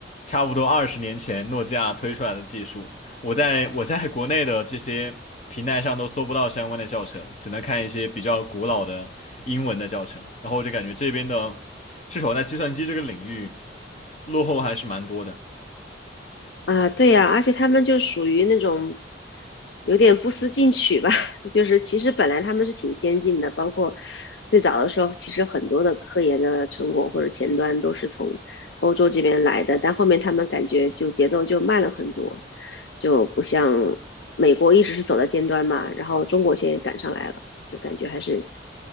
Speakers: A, on the left; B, on the left.
A: 差不多二十年前诺基亚推出来的技术，我在我在国内的这些平台上都搜不到相关的教程，只能看一些比较古老的英文的教程，然后我就感觉这边的是少在计算机这个领域。落后还是蛮多的，
B: 啊，对呀，而且他们就属于那种有点不思进取吧，<laughs> 就是其实本来他们是挺先进的，包括最早的时候，其实很多的科研的成果或者前端都是从欧洲这边来的，但后面他们感觉就节奏就慢了很多，就不像美国一直是走在尖端嘛，然后中国现在赶上来了，就感觉还是